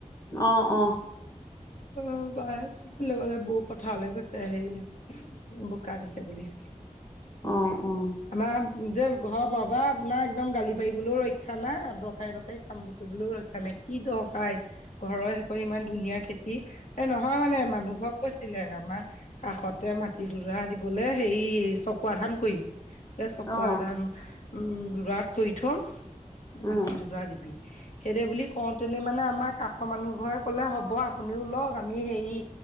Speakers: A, on the left; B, on the left.
A: অ', অ'।
B: অ' বায়ে কৈছিলে বোলে বৌ পথাৰলৈ গৈছে হেৰি বোকা দিছে বুলি।
A: অ', অ'।
B: আমাৰ যে ঘৰৰ বাবা আপোনাৰ একদম গালি পাৰিবলৈও ৰক্ষা নাই। ধকাই ধকাই <unintelligible> কামবোৰ কৰিবলৈও ৰক্ষা নাই কি দৰকাৰ? ঘৰৰ সেইকণ ইমান ধুনীয়া খেতি এ' নহয় মানে মানুহ ঘৰক কৈছিলে আমাৰ কাষতে মাটি দুদৰা দিবলৈ হেৰি চকুৱা ধান কৰিম। বোলে চকুৱা
A: অ',
B: ধান উম দুদৰাত কৰি থম
A: উম,
B: মাটি দুদৰা দিবি। সেইদৰে বুলি কওঁতেনে মানে আমাৰ কাষৰ মানুহঘৰে ক'লে হ'ব আপুনিও লওঁক আমি হেৰি